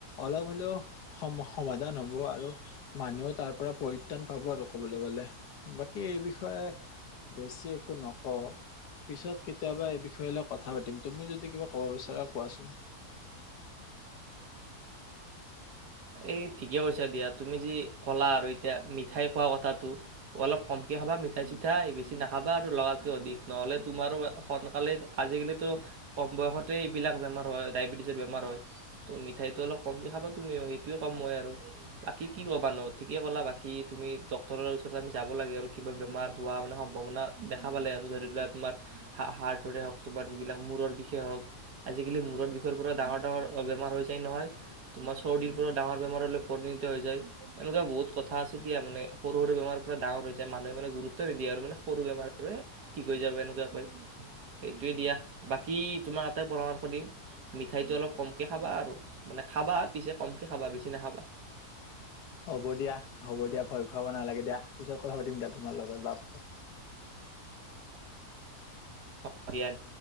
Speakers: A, on the left; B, on the right.
A: অলপ হ'লেও সম সমাধান হ'ব আৰু মানুহত তাৰপৰা পৰিত্ৰাণ পাব আৰু ক'বলে গলে বাকী এই বিষয়ে বেছি একো নকওঁ পিছত কেতিয়াবা এই বিষয়ে লৈ কথা পাতিম তুমি যদি কিবা ক'ব বিচাৰা কোৱাচোন
B: এই ঠিকে কৈছা দিয়া তুমি যি ক'লা আৰু এতিয়া মিঠাই খোৱা কথাটো অলপ কমকে খাবা মিঠাই চিঠাই বেছি নাখাবা আৰু লগাতকৈ অধিক নহ'লে তোমাৰো সোনকালে আজিকালিতো কম বয়সতেই এইবিলাক বেমাৰ হয় ডায়েবেটিছৰ বেমাৰ হয় তো মিঠাইটো অলপ কমকে খাবা তুমিও সেইটোৱে কম মই আৰু বাকী কি ক'বা নো ঠিকে ক'লা বাকী তুমি ডক্টৰৰ ওচৰতে আমি যাব লাগে আৰু কিবা বেমাৰ হোৱা মানে সম্ভাৱনা দেখা পালে আৰু ধৰি লোৱা তোমাৰ হা হাৰ্টৰে হওক তোমাৰ যিবিলাক মূৰৰ বিষে হওক আজিকালি মূৰত বিষৰ পৰা ডাঙৰ ডাঙৰ বেমাৰ হৈ যায় নহয় তোমাৰ চৰ্দীৰ পৰাও ডাঙৰ বেমাৰলৈ পৰিণত হৈ যায় এনেকুৱা বহুত কথা আছে এতিয়া মানে সৰু সৰু বেমাৰৰ পৰা ডাৰ হৈ যায় মানুহে মানে গুৰুত্ব নিদিয়ে আৰু মানে সৰু বেমাৰৰে কি কৰি যাব এনেকুৱা কয় সেইটোৱে দিয়া বাকী তোমাক এটাই পৰামৰ্শ দিম মিঠাইটো অলপ কমকে খাবা আৰু মানে খাবা পিছে কমকে খাবা বেছি নাখাবা
A: হ'ব দিয়া হ'ব দিয়া ভয় খুৱাব নালাগে দিয়া পিছত কথা পাতিম দিয়া তোমাৰ লগত বাৰে
B: হব দিয়ায়